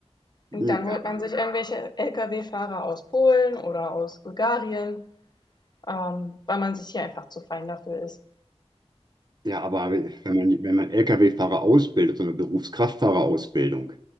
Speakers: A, on the left (about 40°); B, on the right (about 40°).
A: Und
B: Hm,
A: dann
B: ja,
A: holt man sich irgendwelche Lkw-Fahrer aus Polen oder aus Bulgarien, ähm, weil man sich hier einfach zu fein dafür ist.
B: ja, aber wenn man, wenn man LKW-Fahrer ausbildet, so eine Berufskraftfahrerausbildung,